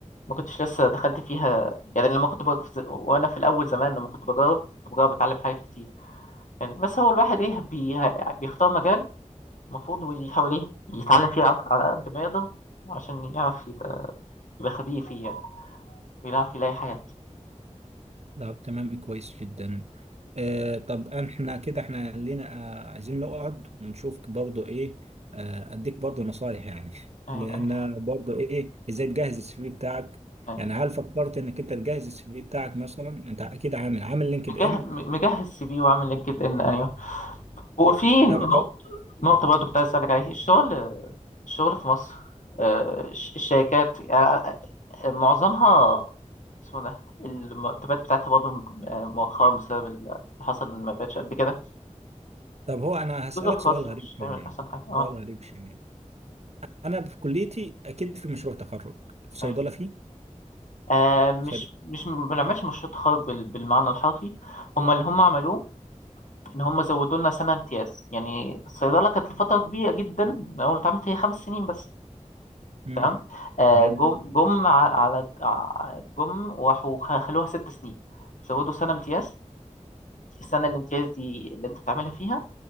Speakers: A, on the left; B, on the right.
A: ما كنتش لسه دخلت فيها يعني لما كنت بج... وانا في الاول زمان لما كنت بجرب كنت بجرب اتعلم حاجات كتير يعني بس هو الواحد ايه بي... بيختار مجال المفروض ويحاول ايه يتعلم فيه على على قد ما يقدر عشان يعرف يبقى يبقى خبير فيه يعني ويعرف يلاقي حاجات
B: طب تمام كويس جدا آه طب احنا كده احنا لينا آه عايزين نقعد ونشوف برضو ايه آه اديك برضو نصايح يعني <laughs>
A: أيوة.
B: لان
A: أيوة.
B: برضو ايه ازاي تجهز السي في بتاعك
A: أيوة.
B: يعني هل فكرت انك انت تجهز السي في بتاعك مثلا انت اكيد عامل عامل لينكد
A: مجهز
B: ان
A: مجهز سي في وعامل لينكد ان ايوه هو في نقطة
B: طب هو
A: نقطة برضه كنت عايز أسألك عليها الشغل الشغل في مصر آه، الش- الشركات يعني آه، معظمها اسمه ده المرتبات بتاعتها برضه آه، مؤخرا بسبب اللي حصل ما بقتش قد كده
B: طب هو انا هسألك
A: الجزء الخاص
B: سؤال
A: مش
B: غريب شوية
A: دايما أحسن حاجة اه
B: سؤال غريب شوية انا في كليتي اكيد في مشروع تخرج في صيدلة
A: أيوة.
B: فيه
A: آه، مش
B: صيدلة
A: مش ما بنعملش مشروع تخرج بال- بالمعنى الحرفي هما اللي هما عملوه إن هما زودوا لنا سنة امتياز يعني الصيدلة كانت لفترة كبيرة جدا من أول ما اتعملت هي خمس سنين بس
B: امم
A: تمام آه،
B: تمام
A: جم جم ع- على ع- جم وراحوا خ- خلوها ست سنين زودوا سنة امتياز السنة الامتياز دي اللي انت بتعملها فيها